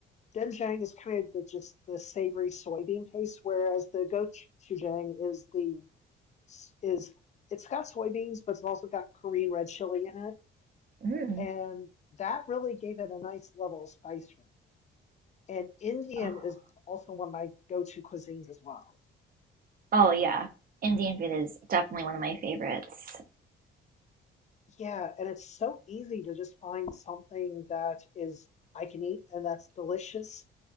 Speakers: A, on the left (about 35°); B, on the right (about 45°).
A: doenjang is kind of the just the savory soybean paste, whereas the gochujang is the is it's got soybeans, but it's also got Korean red chili in it,
B: Mm.
A: and that really gave it a nice level of spice for me. And Indian
B: Oh.
A: is also one of my go-to cuisines as well.
B: Oh yeah, Indian food is definitely one of my favorites.
A: Yeah, and it's so easy to just find something that is I can eat and that's delicious